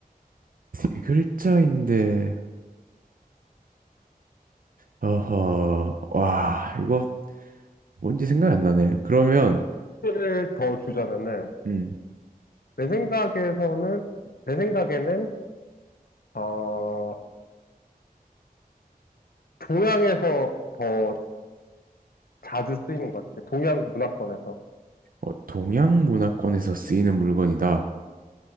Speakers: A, on the right; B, on the left.
A: 세 글자인데, 어허, 와, 이거 뭔지 생각이 안 나네. 그러면,
B: 힌트를 더 주자면은
A: 음,
B: 내 생각에서는, 내 생각에는, 어, 동양에서 더 자주 쓰이는 것 같아. 동양 문화권에서.
A: 어, 동양 문화권에서 쓰이는 물건이다.